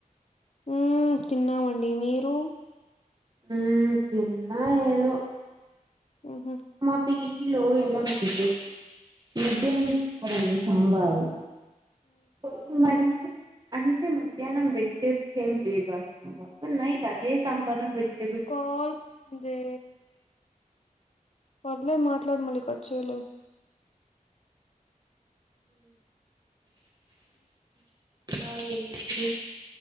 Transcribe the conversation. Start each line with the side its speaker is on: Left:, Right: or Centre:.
Left: ఉమ్ తిన్నామండి మీరు
Right: ఉమ్ తిన్న ఏదో
Left: ఊహు
Right: మా పీజీ లో ఎలా అంటే మధ్యహనం పెడ్తారు అండి సాంబారు కొంచెం అడిగితే అంటే మధ్యాహ్నం వెజిటేబుల్స్ ఏమి వేయకుండా సాంబార్ నైట్ అదే సాంబార్ లో వెజిట
Left: కాల్ వస్తుంది పర్లేదు మాట్లాడు మళ్లీ కట్ చేయలేము
Right: ఆ ఇంకేంటి